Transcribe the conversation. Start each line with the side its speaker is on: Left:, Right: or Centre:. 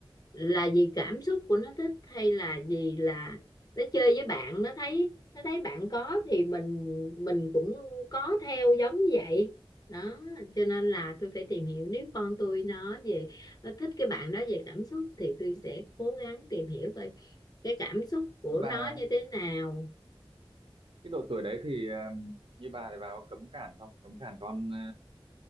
Left: là vì cảm xúc của nó thích hay là vì là nó chơi với bạn nó thấy nó thấy bạn có thì mình mình cũng có theo giống như vậy đó cho nên là tôi phải tìm hiểu nếu con tôi nó về nó thích cái bạn đó về cảm xúc thì tôi sẽ cố gắng tìm hiểu coi cái cảm xúc của
Right: nhưng mà
Left: nó như thế nào
Right: cái độ tuổi đấy thì ờ, như bà thì bà có cấm cản không cấm cản con ờ,